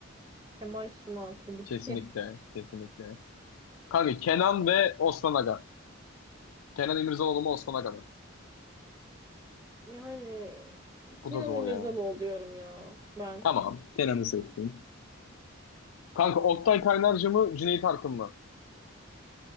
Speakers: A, on the right; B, on the left.
A: Kemal Sunal tabii
B: Kesinlikle,
A: ki. <laughs>
B: kesinlikle. Kanka Kenan ve Osman Aga. Kenan İmirzalıoğlu mu Osman Aga mı?
A: Yani
B: Bu
A: Kenan
B: da zor
A: İmirzalıoğlu
B: ya.
A: diyorum ya ben.
B: Tamam. Kenan'ı seçtim. Kanka Oktay Kaynarca mı Cüneyt Arkın mı?